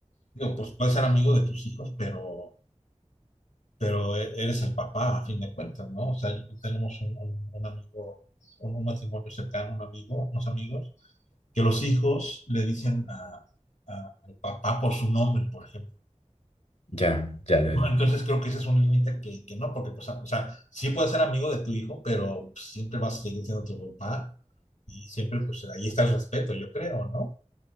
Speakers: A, on the left; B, on the left.
A: digo, pues puedes ser amigo de tus hijos, pero, pero e- eres el papá a fin de cuentas, ¿no? O sea, yo- tenemos un, un- un amigo, un, un matrimonio cercano, un amigo, unos amigos, que los hijos le dicen a- a- al papá por su nombre, por ejemplo.
B: Ya, ya, ya,
A: ¿no?
B: ya.
A: Entonces creo que ese es un límite que, que no, porque, pues, o sea, sí puedes ser amigo de tu hijo, pero pues, siempre vas a seguir siendo tu papá y siempre, pues, ahí está el respeto, yo creo, ¿no?